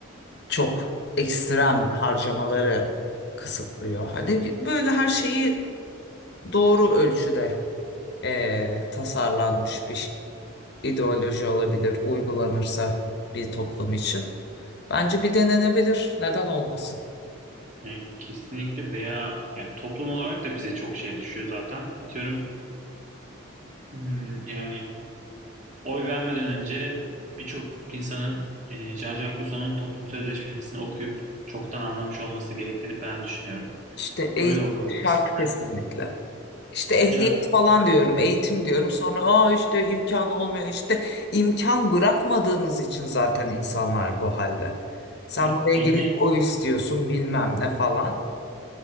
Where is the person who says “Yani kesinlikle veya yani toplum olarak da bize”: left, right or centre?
Right